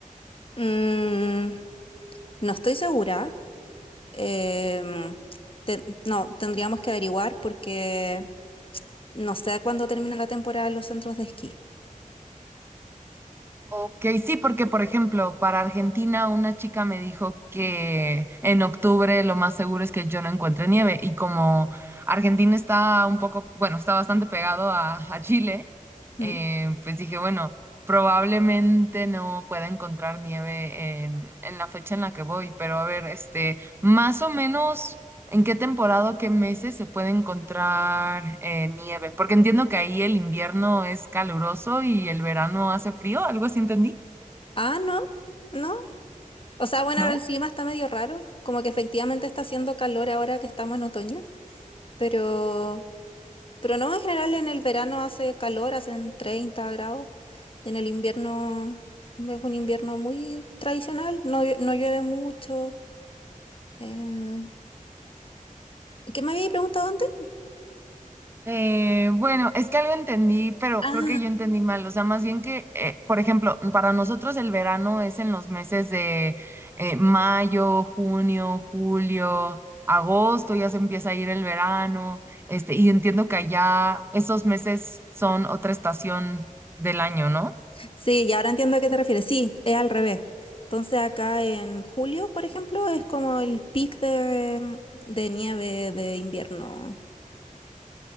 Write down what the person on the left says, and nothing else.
Mm, no estoy segura. em, te- no, tendríamos que averiguar porque no sé cuándo termina la temporada en los centros de esquí.
Mm.
Ah, no. no. O sea, bueno,
ahora el clima está medio raro, como que efectivamente está haciendo calor ahora que estamos en otoño, pero, pero no, en general en el verano hace calor, hacen 30 grados, y en el invierno es un invierno muy tradicional, no, llue- no llueve mucho. em, ¿qué me había preguntado antes?
Ah,
sí, y ahora entiendo a qué te refieres. Sí, es al revés. Entonces acá en julio, por ejemplo, es como el pic de, de nieve de invierno